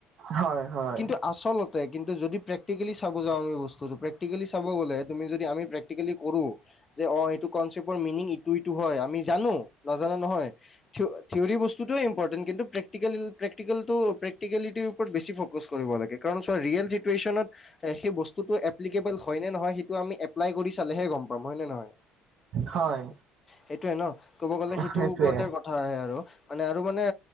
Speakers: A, on the right (about 60°); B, on the left (about 30°).
A: হয় হয়
B: কিন্তু আচলতে কিন্তু যদি প্ৰেক্টিকেলি চাব যাওঁ আমি বস্তুটো প্ৰেক্টিকেলি চাব গ'লে তুমি যদি আমি প্ৰেক্টিকেলি কৰো যে অ এইটো কনচেপটৰ মিনিং ইটো ইটো হয় আমি জানো নাজানা নহয় থ থিয়ৰী বস্তুটোয়ে ইম্পৰ্টেণ্ট কিন্তু প্ৰেক্টিকেল প্ৰেক্টিকেলটো প্ৰেকটিকেলিটিৰ ওপৰত বেছি ফ'কাচ কৰিব লাগে। চ ৰিয়েল চিটুৱেশচনত সেই বস্তুটো এপ্লিকেবল হয় নে নহয় সেইটো আমি এপ্লাই কৰি চালেহে গম পাম হয় নে নহয়
A: হয়।
B: সেইটোয়ে ন ক'ব গ'লে সেইটো
A: সেইটোৱে
B: ওপৰতে ক হয় আৰু মানে আৰু মানে